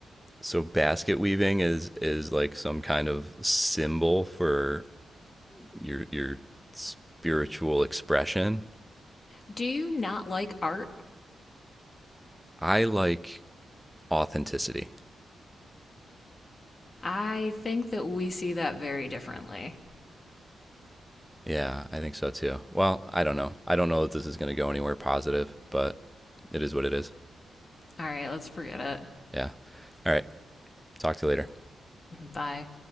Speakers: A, in the centre; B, on the left.
A: So basket weaving is is like some kind of symbol for your your spiritual expression.
B: Do you not like art?
A: I like authenticity.
B: I think that we see that very differently.
A: Yeah, I think so too. Well, I don't know. I don't know that this is going to go anywhere positive, but it is what it is.
B: All right, let's forget it.
A: Yeah. All right. Talk to you later.
B: Bye.